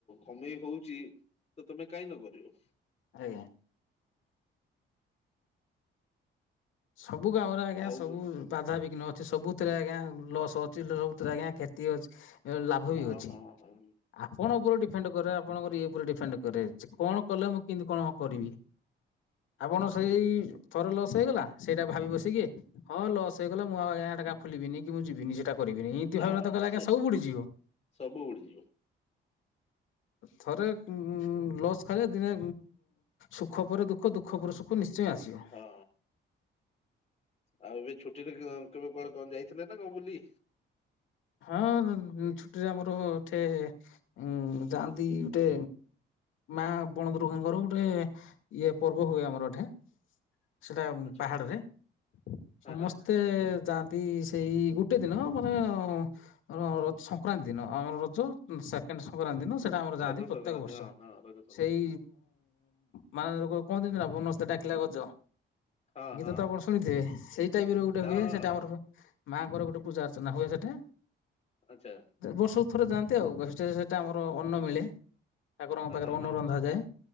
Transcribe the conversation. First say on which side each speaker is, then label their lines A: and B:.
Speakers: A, on the left; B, on the left.
A: କମେଇ ହଉଚି ତ ତମେ କାଇଁ ନ କରିବ।
B: ଆଜ୍ଞା। ସବୁ ଗାଁରେ ଆଜ୍ଞା
A: ଆଉ
B: ସବୁ ବାଧାବିଘ୍ନ ସବୁଥିରେ ଆଜ୍ଞା ଲସ୍ ଅଛି। ସବୁଥିରେ ଆଜ୍ଞା କ୍ଷତି ଅଛି। ହାର ଲାଭ
A: ହଁ
B: ବି ଅଛି।
A: ହଁ ହଁ
B: ଆପଣ ଉପରେ ଡିଫେଣ୍ଡ କରେ ଆପଣଙ୍କର ଇଏ ଉପରେ ଡିଫେଣ୍ଡ କରେ ଯେ କଣ କଲେ ମୁଁ କେମିତି କଣ ହଁ କରିବି। ଆପଣ ସେଇ ଥରେ ଲସ୍ ହେଇଗଲା ସେଇଟା ଭାବି ବସିକି ହଁ ଲସ୍ ହେଇଗଲା ମୁଁ ଆଉ ଖୋଲିବିନି କି ମୁଁ ଯିବିନି। ସେଇଟା କରିବିନି ଏମତି
A: ହଁ
B: ଭାବ ତ କଲେ ଆଜ୍ଞା
A: ସେ
B: ସବୁ ବୁଡି ଯିବ।
A: ସବୁ ଉଡିଯିବ <inaudible>
B: ଥରେ ଲସ୍ ଖାଲେ ଦିନେ ସୁଖ ପରେ ଦୁଃଖ ଦୁଃଖ ପରେ ସୁଖ ନିଶ ସେ ଆସିବ।
A: ହଁ ଆଉ ଏବେ ଛୁଟିରେ କେବେ କୁଆଡେ କଣ ଯାଇଥିଲେ ନା କଣ ବୁଲି।
B: ହଁ ଛୁଟିରେ ଆମର ଏଠେ ଉ ଯାଆନ୍ତି ଗୋଟେ ମା ବଣଦୁର୍ଗାଙ୍କର ଗୋଟେ ଇଏ ପର୍ବ ହୁଏ ଆମର ଏଠେ। ସେଟା
A: ଆଚ୍ଛା
B: ପାହାଡରେ
A: ହଁ
B: ସମସ୍ତେ
A: ହଁ
B: ଯାଆନ୍ତି ସେଇ ଗୋଟେ ଦିନ ମାନେ ର ସଂକ୍ରାନ୍ତି ଦିନ ଆମର ରଜ ସେକେଣ୍ଡ ସଂକ୍ରାନ୍ତି ଦିନ। ସେଟା ଆମର ଯାଆନ୍ତି
A: ରଜ
B: ପ୍ରତ୍ୟେକ
A: ସଂକ୍ରାନ୍ତି
B: ବର୍ଷ
A: ହଁ ହଁ ରଜ ସଂକ୍ରାନ୍ତି
B: ସେଇ ମାନେ କଣ ଦ ନା ବୋନସ୍ତେ ଡାକିଲା ଗଜ।
A: ହଁ
B: ଗୀତ
A: ହଁ
B: ତ ଆପଣ ଶୁଣିଥିବେ। ସେଇ ଟାଇମ୍ ରେ ଗୋଟେ
A: ହଁ
B: ହୁଏ।
A: ହଁ
B: ସେଇଟା ଆମର ମାଙ୍କର ଗୋଟେ ପୂଜା ଅର୍ଚ୍ଚନା ହୁଏ। ସେଠେ
A: ଆଚ୍ଛା
B: ବର୍ଷ ଥରେ ଯାଆନ୍ତି ଆଉ ସେଇଟା ଆମର ଅନ୍ନ ମିଳେ। ଠାକୁରଙ୍କ
A: ହଁ
B: ପାଖରେ
A: ହଁ
B: ଅନ୍ନ
A: ହଁ
B: ରନ୍ଧା ଯାଏ,